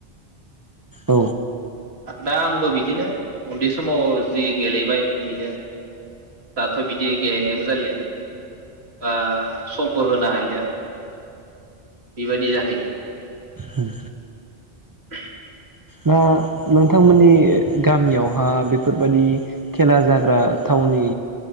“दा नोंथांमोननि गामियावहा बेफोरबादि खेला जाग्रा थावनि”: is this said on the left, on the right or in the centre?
Right